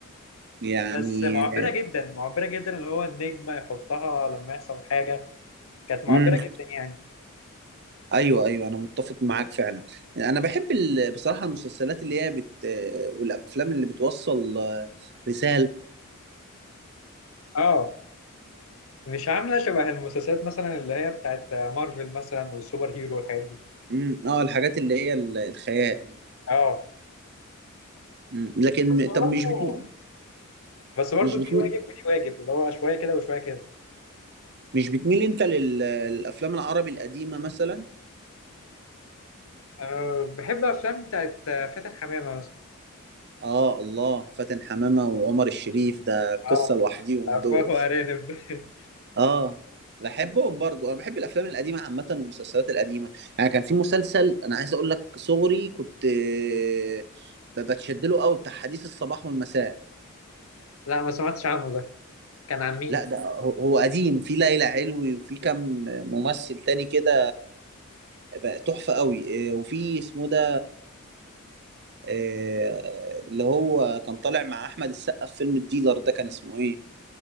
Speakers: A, on the right (about 50°); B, on the left (about 70°).
A: يعني
B: بس معبرة جدا معبرة جدا اللي هو النجمة يحطها لما يحصل حاجة كانت معبرة
A: امم
B: جدا يعني
A: ايوه ايوه انا متفق معاك فعلا انا بحب ال... بصراحه المسلسلات اللي هي بت... والافلام اللي بتوصل آه، رساله
B: اه مش عاملة شبه المسلسلات مثلا اللي هي بتاعت مارفل مثلا والسوبر هيرو والحاجات دي
A: امم اه الحاجات اللي هي ال- الخيال
B: اه
A: مم. لكن
B: بس
A: طب
B: برضه
A: مش بت...
B: بس برضه
A: مش
B: دي
A: بت...
B: واجب ودي واجب اللي هو شوية كده وشوية كده
A: مش بتميل انت لل... للافلام العربي القديمه مثلا
B: أه بحب أفلام بتاعت فاتن حمامة مثلا
A: اه الله فاتن حمامة وعمر الشريف ده
B: اه
A: قصة لوحديهم
B: أفواه
A: دول
B: وأرانب <laughs>
A: اه بحبهم برضو انا بحب الافلام القديمة عامة والمسلسلات القديمة يعني كان في مسلسل انا عايز اقول لك صغري كنت آه، ب- بتشد له قوي بتاع حديث الصباح والمساء
B: لا ما سمعتش عنه ده كان عن مين؟
A: لا ده هو هو قديم في ليلى علوي وفي كم ممثل تاني كده بقى تحفة قوي آه، وفي اسمه ده آه، اللي هو كان طالع مع احمد السقا في فيلم الديلر ده كان اسمه ايه